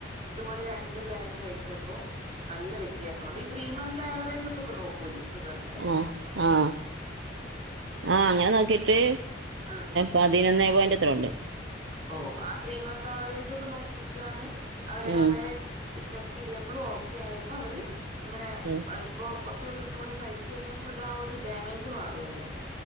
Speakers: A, on the right (about 40°); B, on the right (about 75°).
A: ഇതുപോലെ രണ്ടു തരം കഴിച്ചപ്പൊ നല്ല വ്യത്യാസമാണ് ഈ ത്രീ മന്ത് അവറേജ് ഒക്കെപ്പൊ നോക്കൂല്ലേ ഷുഗറ്
B: ആ ആഹ ആ അങ്ങനെ നോക്കിട്ട്
A: ആ
B: പതിനൊന്നേ പോയിന്റ് എത്ര ഉണ്ട്
A: ഓഹ് ആഹ് ത്രീ മന്ത് ആവറേജ് ഒക്കെ നോക്കിയിട്ടാണ് അവരുടെ
B: ഉം
A: അങ്ങനെ ടെസ്റ്റ് ചെയ്തപ്പൊളും ഓക്കെ ആയപ്പോ അവര് അങ്ങനെ
B: ഉം
A: ഇപ്പൊ കൊറച്ച് കൂടി ദിവസം കൂടി കഴിച്ച് കഴിഞ്ഞാ ഫുൾ ആ ഒരു ഡാമേജ് മാറുവല്ലോ